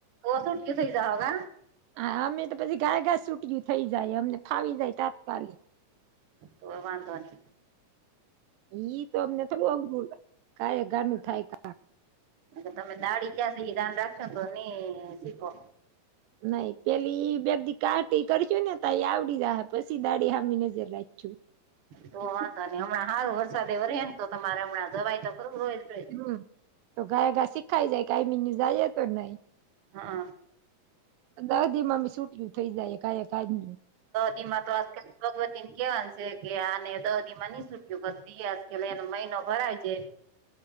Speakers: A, on the right; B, on the right.
A: બસઠી થઈ જઓગ <unintelligible>
B: હા અમે તો પછી ગાય ગાસુ. ફ્રી થઈ જાય અમને ફાવી જાય તાત્કાલી.
A: તો વાંધો નહી
B: ઈ તો અમને થોડું અઘું ક એ ગનું થાય ક.
A: અ તમે દાળી ક્યાં એ દાન રાખશો તો ની શીખો.
B: નઈ પેલી બે દીકા કરશું ને ત એ આવડી જ પછી દાડી હામી નજર રાખ છું.
A: તો વાંધો નહીં હમણાં હાવ વરસાદ એવો રહે ને તો તમારે હમણાં જવાય તો કર.
B: હમ તો ગાય ઘા શીખાય જાય કઈ મિન્યુ જાય તો નહી.
A: હા.
B: દાદી મા બાઈક છૂટયું થઇ જાય કા ક આજું.
A: તેમાં તો આજકાલ ભગવતી કેવાનછે. કે આને દદી માં નઈ સુૂટ્યું દ્યાસ કે એનો મહિનો ભરાય છે.